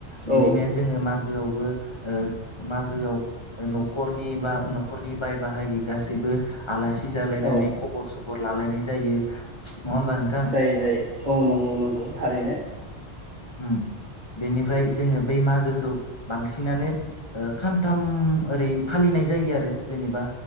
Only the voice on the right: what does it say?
औ
औ
जायै जायै औ नंगौ नंगौ थारैनो।